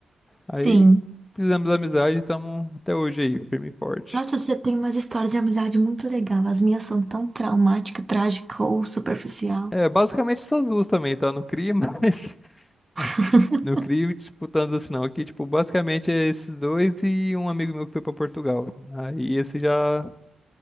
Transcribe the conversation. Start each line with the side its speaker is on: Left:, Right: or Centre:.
Left: Aí
Right: Sim.
Left: fizemos amizade e estamos até hoje aí, firme e forte.
Right: Nossa, você tem umas histórias de amizade muito legal. As minhas são tão traumática, trágica ou superficial.
Left: É, basicamente essas duas também, tá? No CRI, mas <laughs>
Right: <laughs>
Left: no CRI, tipo, tanto <laughs> assim não. Aqui, tipo, basicamente é esses dois e um amigo meu que foi pra Portugal. Aí esse já